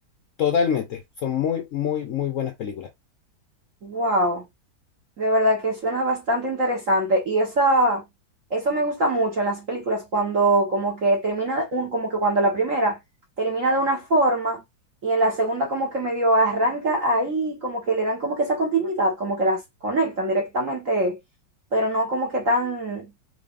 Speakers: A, on the left (about 70°); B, on the right (about 45°).
A: totalmente. Son muy, muy, muy buenas películas.
B: Wow. De verdad que suena bastante interesante y esa, eso me gusta mucho en las películas cuando como que termina, de un, como que cuando la primera termina de una forma y en la segunda como que medio arranca ahí, como que le dan como que esa continuidad, como que las conectan directamente, pero no como que tan,